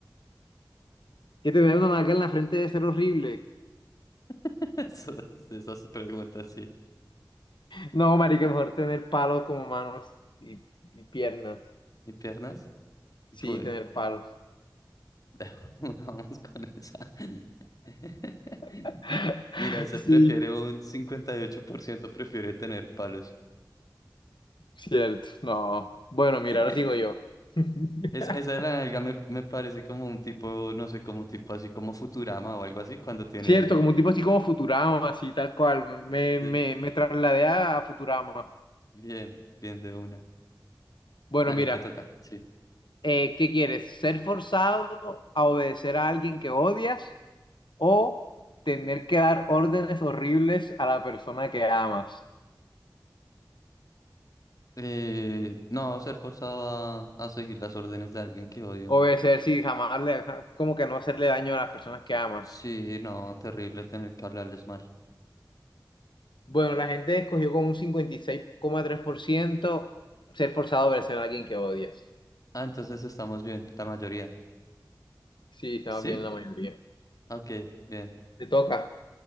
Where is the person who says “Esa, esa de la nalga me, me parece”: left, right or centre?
Left